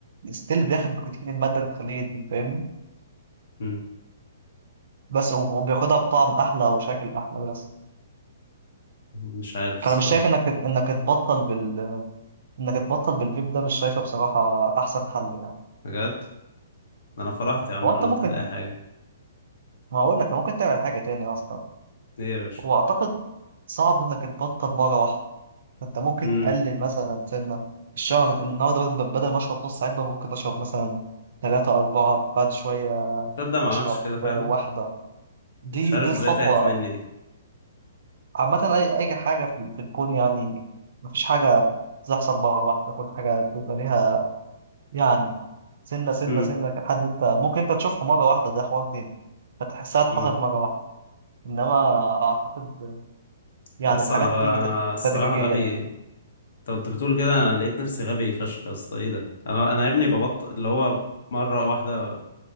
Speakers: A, on the right (about 65°); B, on the left (about 70°).
A: ستيل بياخد نيكوتين الماده اللي بتخليه يدمن فاهمني
B: مم.
A: بس هو بياخدها بطعم احلى وشكل احلى بس
B: مش عارف الصراحة
A: فانا مش شايف انك انك تبطل بال انك تبطل بالفيب ده مش شايفه بصراحه احسن حل يعني
B: بجد ده أنا فرحت يا عم
A: هو
B: أنا
A: انت
B: قلت
A: ممكن
B: هلاقي حاجة
A: ما هقول لك ممكن تعمل حاجه تاني اصلا
B: إيه يا باشا
A: هو اعتقد صعب انك تبطل مره واحده انت ممكن
B: مم.
A: تقلل مثلا سنه الشهر النهارده بدل بدل ما اشرب نص علبه ممكن اشرب مثلا ثلاثة أربعة بعد شوية
B: تصدق ما
A: أشرب
B: عملتش كده فعلا
A: واحدة دي
B: مش عارف
A: دي
B: إزاي
A: الخطوة
B: تاهت مني دي
A: عامة أي أي حاجة في في الكون يعني مفيش حاجة بتحصل مرة واحدة كل حاجة بيبقى ليها يعني سنة سنة
B: مم.
A: سنة لحد أنت ممكن أنت تشوفها مرة واحدة ده حوار تاني فتحسها
B: مم.
A: حصلت مرة واحدة إنما أعتقد يعني
B: يا اسطى
A: الحاجات
B: أنا بقى
A: بتيجي
B: أنا
A: تد-
B: الصراحة
A: تدريجيا
B: غبي
A: يعني
B: طب أنت كنت بتقول كده أنا لقيت نفسي غبي فشخ يا اسطى إيه ده أنا أنا يا ابني ببطل اللي هو مرة واحدة